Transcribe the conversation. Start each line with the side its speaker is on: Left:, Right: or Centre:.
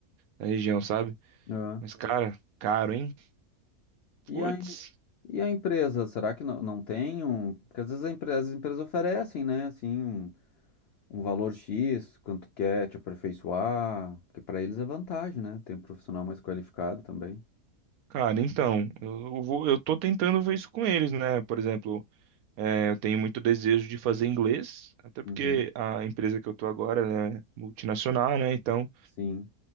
Right: da região, sabe?
Left: Ah.
Right: Mas, cara, caro, hein?
Left: E
Right: Putz.
Left: a, em- e a empresa, será que não, não tem um. Porque às vezes a empre- as empresas oferecem, né, assim, um, um valor X, quanto quer te aperfeiçoar, porque pra eles é vantagem, né? Tem um profissional mais qualificado também.
Right: Cara, então, eu, eu vou, eu tô tentando ver isso com eles, né? Por exemplo, é, eu tenho muito desejo de fazer inglês, até porque
Left: Uhum.
Right: a empresa que eu tô agora, ela é multinacional, né? Então,
Left: Sim.